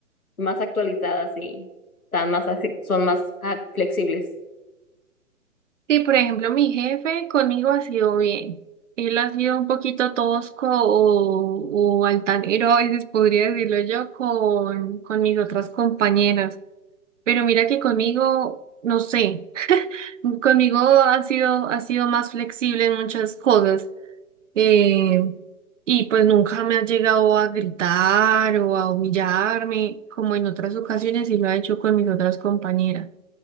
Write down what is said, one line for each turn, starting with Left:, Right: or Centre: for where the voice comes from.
Left: más actualizadas y están más, ace- son más ah, flexibles.
Right: Sí, por ejemplo, mi jefe conmigo ha sido bien. Él ha sido un poquito tosco o, o altanero, a veces podría decirlo yo, con, con mis otras compañeras. Pero mira que conmigo, no sé, <laughs> conmigo ha sido, ha sido más flexible en muchas cosas. eh, y pues nunca me ha llegado a gritar o a humillarme, como en otras ocasiones y lo ha hecho con mis otras compañeras.